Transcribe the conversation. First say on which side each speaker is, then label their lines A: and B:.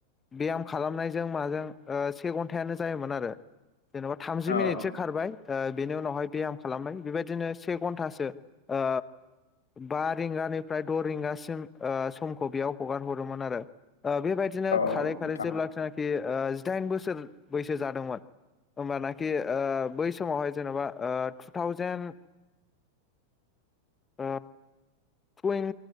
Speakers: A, on the left; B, on the left.
A: ब्याम खालामनायजों माजों ओ से घन्टायानो जायामोन आरो जेन'बा थामजि
B: औ
A: मिनिटसो खारबाय ओ बेनि उनावहाय ब्याम खालामबाय बेबायदिनो से घन्टासो ओ बा रिंगानिफ्राय द' रिंगासिम ओ समखौ बेयाव हगार हरोमोन आरो ओ बेबायदिनो
B: औ
A: खारै
B: नोंथां
A: खारै जेब्ला थिनाखि फि ओ जिदाइन बौसोर बैसो जादोंमोन होनबानाकि ओ बै समावहाय जेन'बा ओ थु थावजेन ओ टुइन